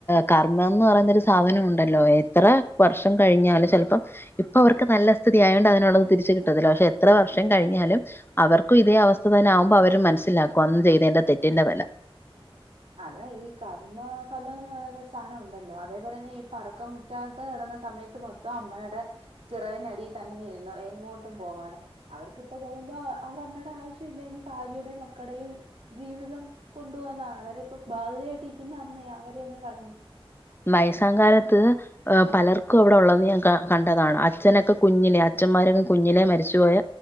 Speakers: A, on the left; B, on the right.
A: കർമ്മംന്ന് പറയുന്നൊരു സാധനം ഉണ്ടല്ലോ എത്ര വർഷം കഴിഞ്ഞാല് ചെലപ്പം ഇപ്പൊ അവർക്ക് നല്ല സ്ഥിതി ആയൊണ്ട് അയിനുള്ളത് തിരിച്ചു കിട്ടത്തില്ല. പശേ എത്ര വർഷം കഴിഞ്ഞാലും അവർക്കും ഇതേ അവ ആവുമ്പം അവര് മൻസ്സിലാക്കും അന്ന് ചെയ്തെന്റെ തെറ്റിന്റെ വെല.
B: അതെ ഈ കർമ്മോ ഫലോന്ന് പറയുന്ന ഒരു സാധനം ഉണ്ടല്ലോ. അതേപോലെ ന്നെ ഈ പറക്ക മു റ്റാത്ത നടന്ന സമയത്ത് മൊത്തം അമ്മേടെ ചിറകിനടീ തന്നെ ഇരുന്നു. എങ്ങോട്ടും പോവാതെ. അവർക്ക് ഇപ്പം തോന്നുമ്പോ അവർ അമ്മേടെ ആവശ്യം ഇല്ലേനി. ഭാര്യടേം മക്കടെയും ജീവിതം കൊണ്ടു പോകുന്ന. അന്നേര പ്പൊ ബാധ്യതായിട്ടിക്കിന്ന അമ്മയാ അവരെ അങ്ങ് കളഞ്ഞു.
A: വയസ്സാ കാലത്ത് ഹ് പലർക്കും അവിടെ ഉള്ളത് ഞാൻ കാ കൺ ണ്ടതാണ്. അച്ഛനൊക്കെ കുഞ്ഞിലെ അഛന്മാരൊക്കെ കുഞ്ഞിലെ മരിച്ചുപോയ